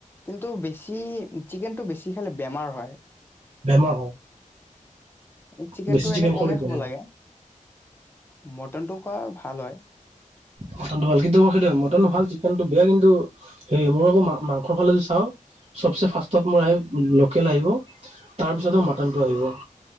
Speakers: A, on the left (about 15°); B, on the right (about 50°).
A: কিন্তু বেছি চিকেনটো বেছি খালে বেমাৰ হয়।
B: বেমাৰ হয়।
A: এই চিকেন
B: বেছি
A: টো এনে কমেই
B: খোৱাটো
A: খাব
B: বেয়া।
A: লাগে। মটনটো খোৱা ভাল হয়।
B: মটনটো ভাল কিন্তু মই সেইটো মটনটো চিকেনটো কিন্তু সেই মোৰ আকৌ মাংসৰ ফালে যে চাওঁ চবচে ফাষ্টত মোৰ আহিব লোকেল আহিব। তাৰপিছতো মটনটো আহিব।